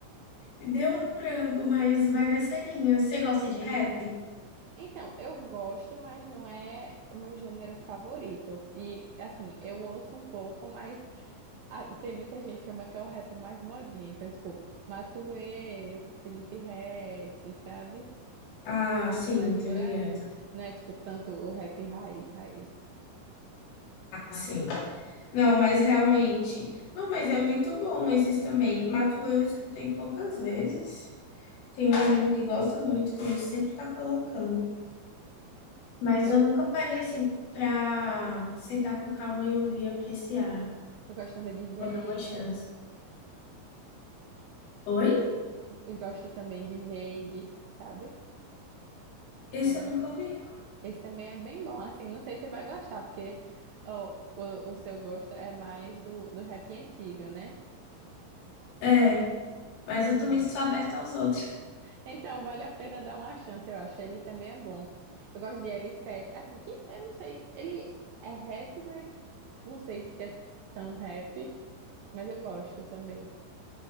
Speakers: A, on the left; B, on the right.
A: Deu um branco, mas vai nessa linha. Você gosta de rap?
B: Então, eu gosto, mas não é o meu gênero favorito. E, assim, eu ouço um pouco, mas ah, tem muita gente que chama que é o rap mais modinha. Então, tipo, Matuê, Felipe Ret, sabe?
A: Ah, sim,
B: Mas
A: tô
B: por
A: ligado.
B: aí. Não é, tipo, tanto o rap raiz, raiz.
A: Sim. Não, mas realmente. Não, mas é muito bom esses também. Matuê eu escutei poucas vezes. Tem um amigo que gosta muito, então ele sempre tá colocando. Mas
B: Eu,
A: eu nunca parei assim pra sentar com calma e ouvir e apreciar.
B: eu gosto também de Veig.
A: Vou dar uma chance. Oi?
B: Eu gosto também de Veig, sabe?
A: Esse
B: Qual
A: eu
B: é?
A: nunca ouvi.
B: Esse também é bem bom. Assim, não sei se você vai gostar, porque ó, o, o seu gosto é mais do, do rap antigo, né?
A: É, mas
B: Então,
A: eu também sou aberta aos outros.
B: então vale a pena dar uma chance, eu acho. Ele também é bom. Eu gosto de L7, assim que eu não sei, ele é rap, mas não sei se é tão rap, mas eu gosto também.